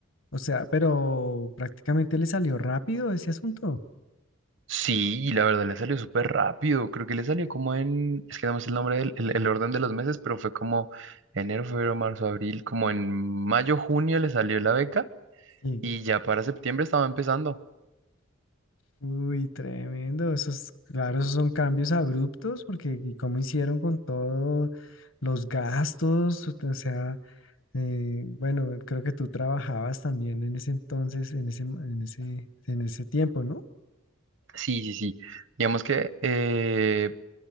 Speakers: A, on the left; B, on the right.
A: o sea, pero prácticamente le salió rápido ese asunto.
B: Sí, la verdad le salió súper rápido. Creo que le salió como en, es que no me sé el nombre del el, el orden de los meses, pero fue como enero, febrero, marzo, abril, como en mayo, junio le salió la beca
A: Sí.
B: y ya para septiembre estaba empezando.
A: Uy, tremendo. Esos, claro, esos son cambios abruptos porque ¿y cómo hicieron con todos los gastos? O sea, eh, bueno, creo que tú trabajabas también en ese entonces, en ese, en ese, en ese tiempo, ¿no?
B: Sí, sí, sí. Digamos que, eh,